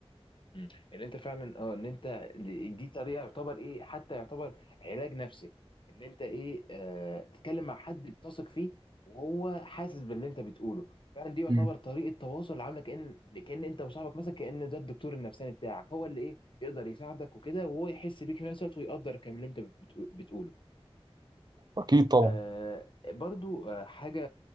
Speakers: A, on the left; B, on the right.
A: مم. ان انت فعلا اه ان انت ل- دي طريقه يعتبر ايه حتى يعتبر علاج نفسي ان انت ايه آه تتكلم مع حد بتثق فيه وهو حاسس باللي انت بتقوله فعلا دي يعتبر
B: مم.
A: طريقه تواصل عامله كأن كأن انت وصاحبك مثلا كأن ده الدكتور النفساني بتاعك هو اللي ايه يقدر يساعدك وكده وهو يحس بيك في نفس الوقت ويقدر كمان اللي انت بتقو- بتقوله
B: اكيد طبعا
A: آه، برضو آه، حاجة